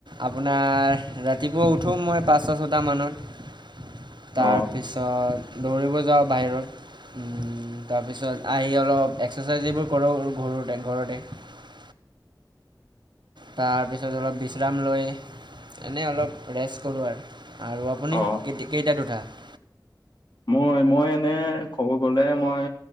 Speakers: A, on the right; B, on the left.
A: আপোনাৰ ৰাতিপুৱা উঠো মই পাঁচটা ছটা মানত তাৰ
B: অ',
A: পিছত দৌৰিব যাওঁ বাহিৰত তাৰপিছত আহি অলপ এক্সাৰচাইজ এইবোৰ কৰোঁ ঘৰুতে ঘৰতে <unintelligible>
B: <inaudible>
A: তাৰপিছত অলপ বিশ্ৰাম লৈ এনেই অলপ ৰেষ্ট কৰোঁ আৰু আৰু আপুনি
B: অ',
A: ক কেইটা উঠা <unintelligible>
B: মই মই এনে ক'ব গলে মই